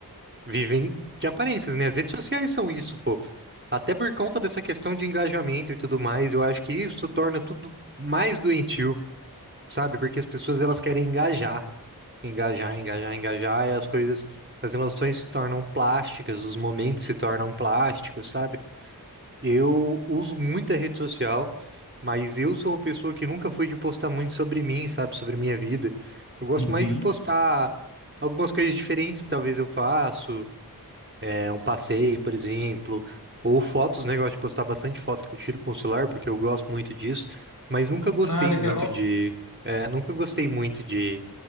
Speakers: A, on the right (about 30°); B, on the left (about 65°).
A: Vivem de aparências, né? As redes sociais são isso, pô. Até por conta dessa questão de engajamento e tudo mais, eu acho que isso torna tudo mais doentio, sabe? Porque as pessoas elas querem engajar, engajar, engajar, engajar, e as coisas, as emoções se tornam plásticas, os momentos se tornam plásticos, sabe? Eu uso muita rede social, mas eu sou uma pessoa que nunca fui de postar muito sobre mim, sabe? Sobre minha vida. Eu gosto
B: Uhum.
A: mais de postar algumas coisas diferentes, que talvez eu faço é, um passeio, por exemplo, ou fotos, né? Eu gosto de postar bastante foto que eu tiro com o celular, porque eu gosto muito disso, mas nunca gostei
B: Ah, legal.
A: muito de, é, nunca gostei muito de